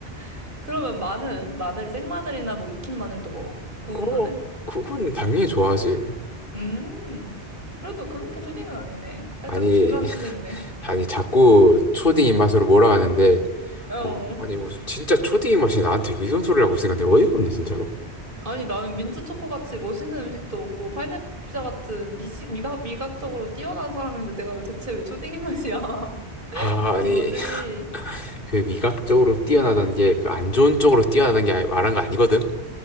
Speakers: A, on the right; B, on the left.
A: <laughs> 그러면 마늘은? 마늘, 생마늘이나 뭐 익힌 마늘도 먹어? 구운
B: 어
A: 마늘?
B: 그건 당연히 좋아하지.
A: 음. 그래도 그렇게 초딩은 아니네. 살짝
B: 아니
A: 중간
B: <laughs>
A: 초딩이네.
B: 아니 자꾸 초딩 입맛으로 몰아가는데
A: 어.
B: 어 아니 무슨 진짜 초딩 입맛이 나한테 이런 소리를 하고 있으니까 내가 어이가 없네 진짜로.
A: 아니, 나는 민트 초코 같이 멋있는 음식도 먹고 파인애플 피자 같은 미식 미각, 미각적으로 뛰어난 사람인데 내가 왜 대체 왜 초딩 입맛이야? <laughs>
B: 아
A: 그건
B: 아니
A: 너지.
B: <laughs> 그 미각적으로 뛰어나던 게 그 안 좋은 쪽으로 뛰어나던 게 아니- 말한 거 아니거든.